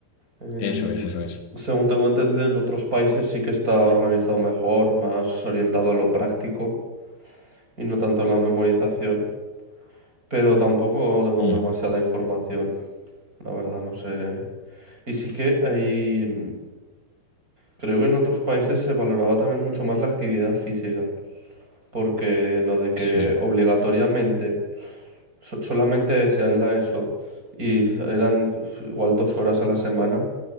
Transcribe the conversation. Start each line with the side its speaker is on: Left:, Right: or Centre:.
Right: En-
Left: Eso es, eso es.
Right: según tengo entendido, en otros países sí que está organizado mejor, más orientado a lo práctico y no tanto a la memorización. Pero tampoco tengo
Left: Mm,
Right: demasiada información, la verdad, no sé. Y sí que ahí, mm, creo que en otros países se valoraba también mucho más la actividad física, porque lo de que
Left: sí,
Right: obligatoriamente So- solamente desean la ESO y eran uf, igual dos horas a la semana,